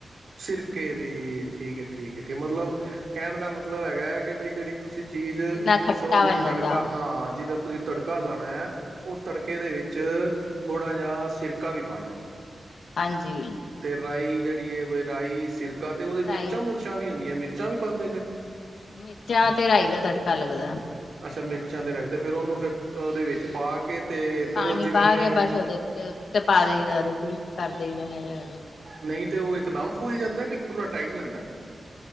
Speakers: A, on the right; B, on the left.
A: ਸਿਰਕੇ ਦੀ, ਠੀਕ ਹੈ, ਠੀਕ ਹੈ, ਠੀਕ ਮਤਲਬ ਕਹਿਣ ਦਾ ਮਤਲਬ ਹੈਗਾ ਹੈ ਕਿ ਬਈ ਜਿਹੜੀ ਤੁਸੀਂ ਚੀਜ਼
B: ਜਿੰਨਾ ਖੱਟਾ
A: ਸੋ
B: ਬਣ
A: ਤੜਕਾ
B: ਜਾਂਦਾ ਉਹ
A: ਹਾਂ ਜਿਦਾ ਤੁਸੀਂ ਤੜਕਾ ਲਾਉਣਾ ਹੈ, ਔ ਤੜਕੇ ਦੇ ਵਿੱਚ ਥੋੜ੍ਹਾ ਜਿਹਾ ਸਿਰਕਾ ਵੀ ਪਾਉਣਾ।
B: ਹਾਂਜੀ
A: ਤੇ ਰਾਈ ਜਿਹੜੀ ਹੈ, ਰਾਈ ਸਿਰ ਤਾਂ ਤੇ ਉਹਦੇ
B: ਰਾਈ
A: ਮਿਰਾਂ ਮੁਿਰਚਾਂ ਵੀ ਹੁੰਦੀਆਂ, ਮਿਰ ਤਾਂ ਵੀ ਪਾਉਂਦੇ ਫਿਰ
B: ਮਿਰਚਾਂ ਤੇ ਰਾਈ ਦਾ ਤੜਕਾ ਲੱਗਦਾ ਐ।
A: ਅੱਛਾ ਮਿਰਚਾਂ ਤੇ ਰਾਈ ਤੇ ਫਿਰ ਉਹਨੂੰ ਫਿਰ ਉਹਦੇ ਵਿੱਚ ਪਾ ਕੇ ਤੇ ਫਿਰ
B: ਪਾਣੀ
A: ਉਹ ਜਿਵੇਂ
B: ਪਾ ਕੇ ਬਸ ਉਹਦੇ ਉਤੇ ਉਤੇ ਪਾ ਦੇਈ ਦਾ ਸਰਦੇ ਨੇੇ ਹੀ ਨਹੀ ਅਦੇ ਅੜੇ
A: ਨਹੀਂ ਤਾਂ ਉਹ ਇਕ ਦਮ ਫੁੱਲ ਜਾਂਦਾ, ਕਿ ਥੋੜ੍ਹਾ ਟਾਈਮ ਲੈਂਦਾ